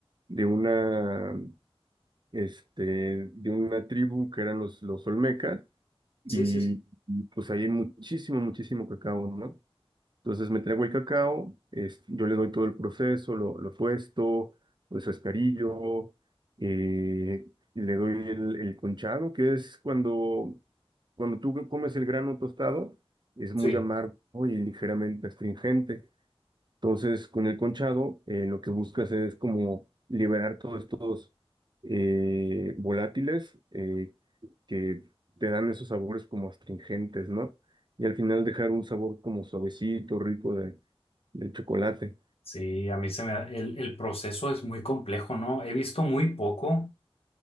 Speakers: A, on the right; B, on the left.
A: de una, este, de una tribu que eran los, los olmecas y
B: sí, sí, sí.
A: y, pues ahí hay muchísimo, muchísimo cacao, ¿no? Entonces me traigo el cacao, es- yo le doy todo el proceso, lo, lo tuesto, lo descascarillo, eh, y le doy el, el conchado, que es cuando, cuando tú comes el grano tostado, es muy
B: Sí,
A: amargo y ligeramente astringente. Entonces, con el conchado, eh, lo que buscas es como liberar todos estos eh, volátiles eh, que te dan esos sabores como astringentes, ¿no? Y al final dejar un sabor como suavecito, rico de, del chocolate.
B: sí, a mí se me da- el, el proceso es muy complejo, ¿no? He visto muy poco.